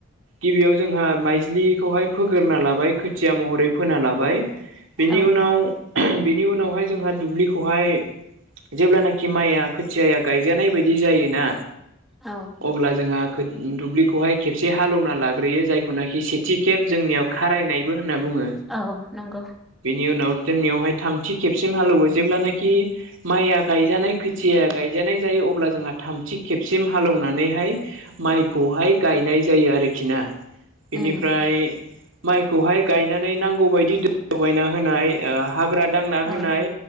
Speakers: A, on the right (about 70°); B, in the centre.
A: गिबियाव जोंहा माइज्लिखौहाय फोगोरना लाबाय। खोथिया महरै फोना लाबाय। बेनि
B: औ
A: उनावहाय जोंहा दुब्लिखौहाय जेब्लानाखि खि माया खोथियाया गायजानाय बायदि जायोना
B: औ
A: अब्ला जोंहा दुब्लि खेबसे हालवना लाग्रयो जायखौना सेथि खेब जोंनियाव खारनाय होनना बुङो,
B: औ नंगौ
A: बेनि उनाव जोंनियावहाय थामथि खेबसिम हालेवो जेब्लानखि माइया गायजानाय खोथिाया गायजानाय जायो अब्ला जोंहा थामथि खेबसिम हालेवनानैहाय माइखौहाय गायनाय जायो आरोखि ना। बेनिफ्राय
B: उम
A: माइखौहाय गाय गायनानै नांगौ बायदिायना होनाय हाग्रा दांना होनाय
B: औ